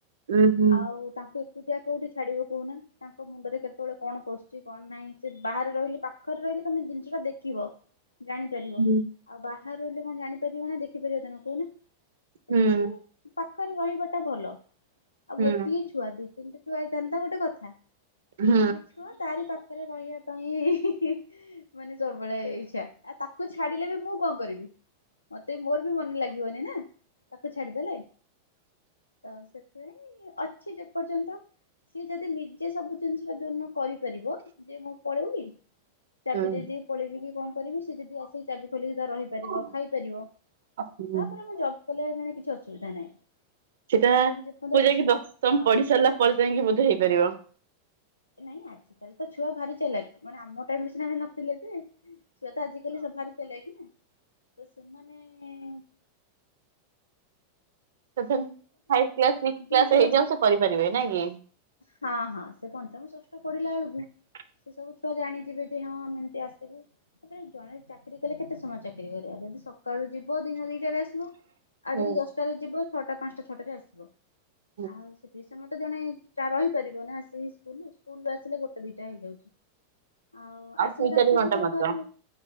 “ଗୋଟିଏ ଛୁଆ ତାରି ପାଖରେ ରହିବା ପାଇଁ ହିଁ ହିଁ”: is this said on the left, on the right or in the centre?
Left